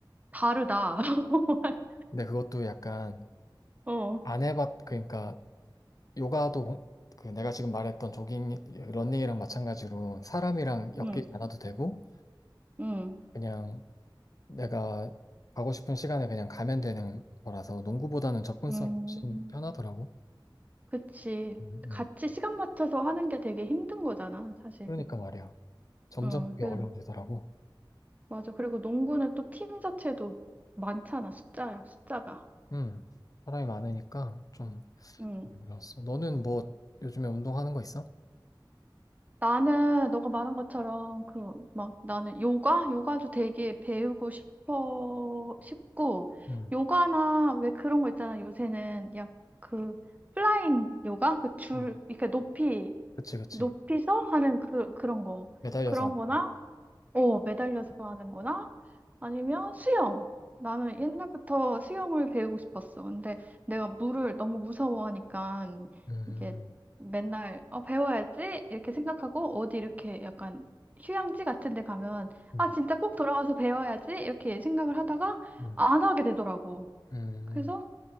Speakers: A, on the right; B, on the left.
A: 다르다. <laughs>
B: 근데 그것도 약간
A: 어.
B: 안 해봤, 그러니까 요가도 공- 그 내가 지금 말했던 조깅, 러닝이랑 마찬가지로 사람이랑
A: 음,
B: 엮이지 않아도 되고,
A: 음,
B: 그냥 내가 가고 싶은 시간에 그냥 가면 되는 거라서 농구보다는 접근성이
A: 음.
B: 훨씬 편하더라고.
A: 그치.
B: 음, 음.
A: 같이 시간 맞춰서 하는 게 되게 힘든 거잖아, 사실.
B: 그러니까 말이야. 점점
A: 어,
B: 그게
A: 그래서,
B: 어려워지더라고.
A: 맞아. 그리고 농구는 또 팀 자체도 많잖아, 숫자야, 숫자가.
B: 음, 사람이 많으니까 좀
A: 음.
B: 어려웠어. 너는 뭐 요즘에 운동하는 거 있어?
A: 나는, 너가 말한 것처럼, 그, 막, 나는 요가? 요가도 되게 배우고 싶어, 싶고,
B: 음,
A: 요가나 왜 그런 거 있잖아, 요새는. 야, 그, 플라잉 요가? 그 줄,
B: 음.
A: 이렇게 높이,
B: 그치, 그치.
A: 높이서 하는 그, 그런 거.
B: 매달려서
A: 그런
B: 하는
A: 거나,
B: 거.
A: 어, 매달려서 하는 거나 아니면 수영. 나는 옛날부터 수영을 배우고 싶었어. 근데 내가 물을 너무 무서워하니까
B: 음,
A: 이게 맨날 어, 배워야지 이렇게 생각하고 어디 이렇게 약간 휴양지 같은 데 가면
B: 음,
A: 아, 진짜 꼭 돌아가서 배워야지 이렇게 생각을 하다가
B: 음,
A: 안 하게 되더라고.
B: 음.
A: 그래서